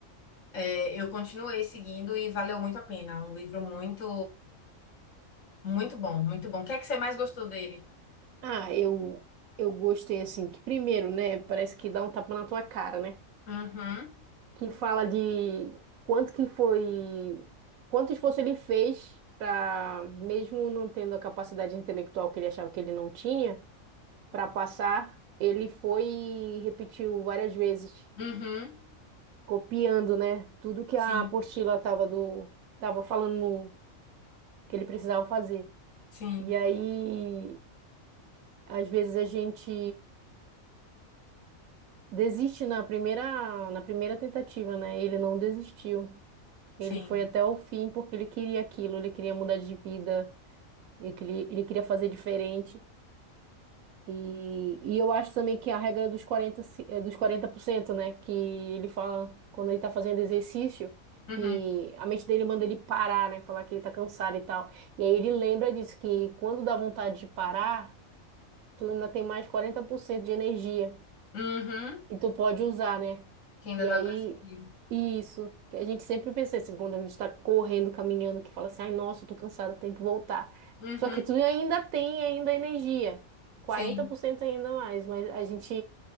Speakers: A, on the left; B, on the right.
A: É, Eu continuei seguindo e valeu muito a pena. Um livro muito, muito bom, muito bom. O que é que você mais gostou dele?
B: Ah, eu, eu gostei assim, que primeiro, né, parece que dá um tapa na tua cara, né?
A: Uhum,
B: Que fala de quanto que foi, quanto esforço ele fez para, mesmo não tendo a capacidade intelectual que ele achava que ele não tinha, para passar, ele foi e repetiu várias vezes,
A: uhum,
B: copiando, né, tudo que
A: sim,
B: a apostila tava do, tava falando no- que ele precisava fazer.
A: sim,
B: E aí, às vezes a gente Desiste na primeira, na primeira tentativa, né? Ele não desistiu.
A: sim.
B: Ele foi até o fim porque ele queria aquilo, ele queria mudar de vida, ele queria, ele queria fazer diferente. E, e eu acho também que a regra dos 40 se- eh, dos quarenta por cento né? Que ele fala quando ele tá fazendo exercício, que
A: Uhum,
B: a mente dele manda ele parar, né? Falar que ele tá cansado e tal. E aí ele lembra disso, que quando dá vontade de parar, tu ainda tem mais 40% de energia.
A: uhum,
B: E tu pode usar, né?
A: que ainda
B: E
A: dá
B: aí,
A: para seguir.
B: isso, que a gente sempre pensa assim, quando a gente está correndo, caminhando, que fala assim, ai, nossa, eu tô cansada, tenho que voltar.
A: Uhum,
B: Só que tu ainda tem ainda energia, quarenta
A: sim.
B: por cento ainda mais, mas a gente